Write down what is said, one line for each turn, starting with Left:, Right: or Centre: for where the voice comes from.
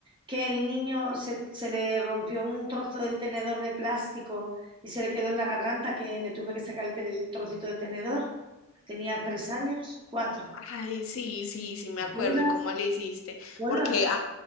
Right: que el niño se, se le rompió un trozo del tenedor de plástico y se le quedó en la garganta que le tuve que sacar el, te- el trocito de tenedor? Que tenía tres años, cuatro.
Left: ay, sí, sí, sí, me
Right: ¿Te
Left: acuerdo.
Right: acuerdas?
Left: ¿Y cómo le hiciste?
Right: Bueno,
Left: Porque ah,